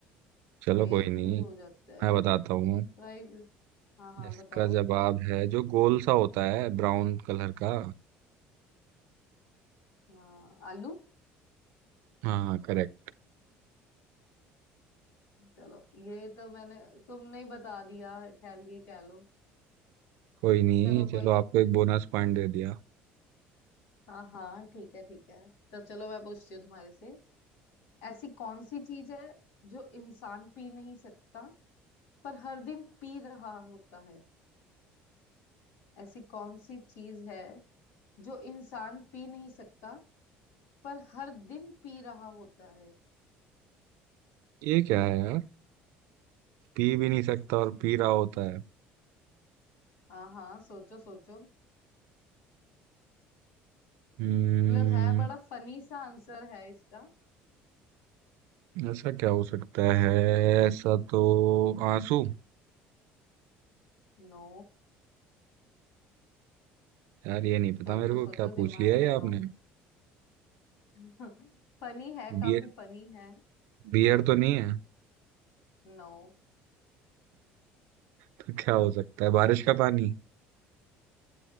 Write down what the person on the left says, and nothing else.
बेक
भी हो जाता
है
फ्राई भी हाँ हाँ
बताओ
हाँ आलू
चलो ये तो मैंने तुमने ही बता दिया खैर ये कह लो
चलो कोई
नहीं
हाँ हाँ ठीक है ठीक है तो चलो मैं पूछती हूँ तुम्हारे से ऐसी कौन सी चीज है जो इंसान पी नहीं सकता पर हर दिन पी रहा होता है ऐसी कौन सी चीज है जो इंसान पी नहीं सकता पर हर दिन पी रहा होता है
हाँ हाँ सोचो सोचो
मतलब है बड़ा फनी सा आंसर है इसका
नो
सोचो
सोचो
दिमाग
लगाओ
<laughs> फनी है काफी
फनी है
नो